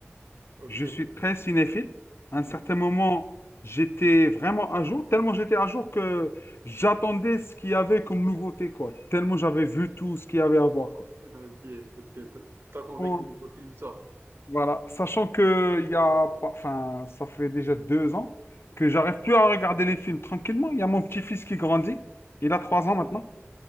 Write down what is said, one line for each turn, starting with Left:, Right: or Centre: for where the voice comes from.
Right: Ok,
Left: Je suis
Right: donc.
Left: très cinéphile. À un
Right: Mhm.
Left: certain moment, j'étais vraiment à jour, tellement j'étais à jour que j'attendais ce qu'il y avait comme nouveauté, quoi. Tellement j'avais vu tout ce qu'il y avait à voir, quoi.
Right: Ah, Ok, donc euh, t'a- t'attendais
Left: Bon,
Right: que le nouveau film sorte.
Left: voilà. Sachant que il y a pas, enfin, ça fait déjà deux ans que j'arrive plus à regarder les films tranquillement. Il y a mon petit-fils qui grandit. Il a trois
Right: Ok,
Left: ans maintenant.